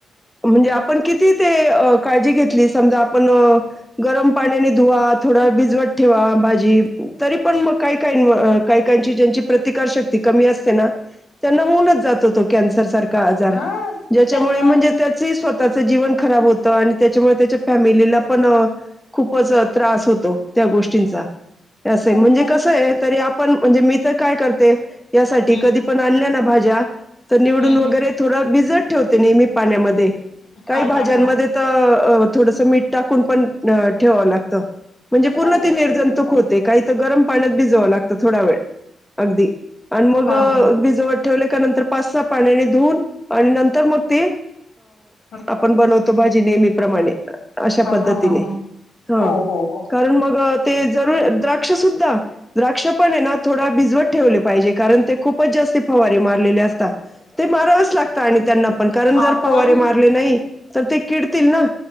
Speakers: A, in the centre; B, on the left.
A: म्हणजे आपण किती ते काळजी अह घेतली समजा आपण गरम पाण्याने धुवा, थोडा वेळ भिजवत ठेवा भाजी, तरी पण मग काही काही अह काही काहींची ज्यांची प्रतिकार शक्ती कमी असते ना त्यांना होऊनच जातो तो कॅन्सर सार खा आकार
B: हा
A: ज्यांच्यामुळे
B: त्यांना
A: म्हणजे त्याच स्वतःचं जीवन खराब होतं आणि त्याच्यामुळे त्याच्या फॅमिलीला पण अह खूपच त्रास होतो त्या गोष्टींचा अस
B: खूप
A: आहे, म्हणजे
B: खूप
A: कसं आहे तरी आपण म्हणजे मी तर काय करते यासाठी
B: हम्म
A: कधी पण आणल्या ना भाज्या तर निवडून
B: हम्म
A: वगैरे
B: हम्म
A: थोडा भिजत ठेवते नेहमी पाण्यामध्ये काही
B: हा
A: भाज्यांमध्ये
B: हा हा
A: तर थोडसं मीठ टाकून पण ठेवावं लागत. म्हणजे पूर्ण
B: हो हो
A: ते निर्जंतुक
B: हो हो हो
A: होते काही तर गरम पाण्यात भिजवां लागतं थोडा वेळ अगदी आणि मग
B: हा हा
A: भिजवत ठेवले का नंतर पाच स पाण्याने धुन आणि नंतर मग ते
B: हा
A: आपण बनवत तो, भाजी नेहमी प्रमाणे अश्या
B: हा
A: पद्धतीने
B: हा हा
A: हा,
B: हो हो हो
A: कारण मग ते जरूर द्राक्ष सुद्धा, द्राक्ष पण ए ना थोडा भिजवट ठेवले पाहिजे, कारण ते खूपच जास्त फवारी मारलेले असतात. ते मारावंच लागतं आणि त्यांना पण कारण जर
B: आपण
A: फवारे मारले नाही तर ते किडतील ना.